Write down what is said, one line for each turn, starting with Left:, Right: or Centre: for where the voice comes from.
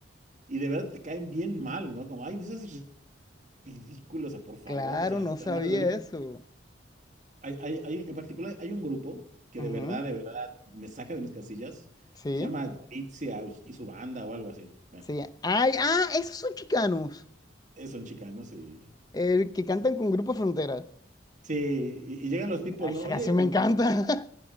Right: Y de verdad te caen bien mal, ¿no? Como, ay, no seas ridículo, o sea, por favor,
Left: Claro,
Right: o sea,
Left: no
Right: y te
Left: sabía
Right: dan ganas de darle un...
Left: eso.
Right: Hay, hay- hay- en particular, hay un grupo que
Left: Ujú,
Right: de verdad, de verdad, me saca de mis casillas.
Left: Sí,
Right: Se llama Yalitza y su banda o algo así. Bueno,
Left: sí. Ay, ah, esos son chicanos,
Right: eh, son chicanos y...
Left: el que cantan con Grupo Frontera.
Right: Sí, Sí, y, y llegan los tipos,
Left: Ah, Esa
Right: ¿no? Oye,
Left: canción me encanta.